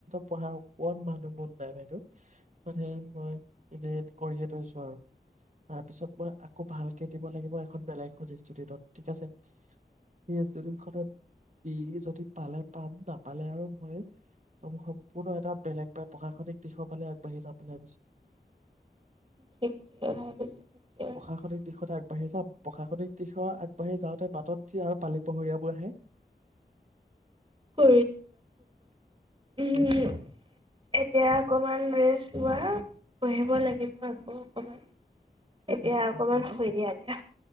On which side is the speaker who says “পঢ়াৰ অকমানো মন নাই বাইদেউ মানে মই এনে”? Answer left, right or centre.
Right